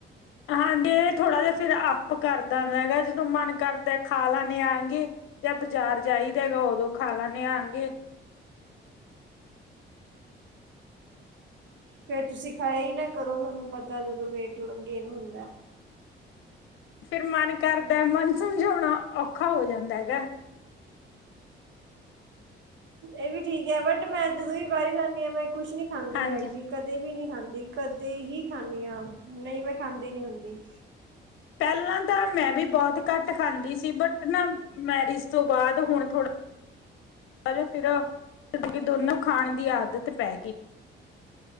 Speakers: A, on the left; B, on the right.
A: ਹਾਂਜੀ ਥੋੜਾ ਜਿ ਫੇਰ ਅੱਪ ਕਰਦਾ ਹੈਗਾ। ਜਦੋਂ ਮਨ ਕਰਦਾ ਖਾ ਲੈਣੇ ਆਗੇ। ਜਾਂ ਬਾਜ਼ਾਰ ਜਾਈਦਾ ਹੈਗਾ, ਉਦੋਂ ਖਾ ਲਿਆ ਆਗੇ।
B: ਫੇਰ ਤੁਸੀਂ ਖਾਇਆ ਹੀ ਨਾ ਕਰੋ, ਤੁਹਾਨੂੰ ਪਤਾ ਜਦੋਂ ਵੇਟ ਗੇਨ ਹੁੰਦਾ।
A: ਫੇਰ ਮਨ ਕਰਦਾ, ਮਨ ਸਮਝਾਉਣਾ ਔਖਾ ਹੋ ਜਾਂਦਾ ਹੈਗਾ।
B: ਇਹ ਵੀ ਠੀਕ ਹੈ। ਬਟ ਮੈਂ ਜਦੋਂ ਵੀ ਬਾਹਰੀ ਜਾਂਦੀ ਹਾਂ, ਮੈਂ ਕੁਛ ਨੀ ਖਾਂਦੀ
A: ਹਾਂਜੀ
B: ਹੈਗੀ। ਕਦੇ ਵੀ ਨਹੀਂ ਖਾਂਦੀ, ਕਦੇ ਹੀ ਖਾਂਦੀ ਹ ਨਹੀਂ ਮੈਂ ਖਾਂਦੀ ਨੀ ਹੁੰਦੀ।
A: ਪੈਹਲਾਂ ਤਾਂ ਮੈਂ ਵੀ ਬਹੁਤ ਘੱਟ ਖਾਂਦੀ ਸੀ। ਬਟ ਨਾ ਮੈਰਿਜ ਤੋਂ ਬਾਦ ਹੁਣ ਥੋੜਾ। ਅਰ ਫੇਰ ਦੋਨੋਂ ਖਾਣ ਦੀ ਆਦਤ ਪੈਗੀ।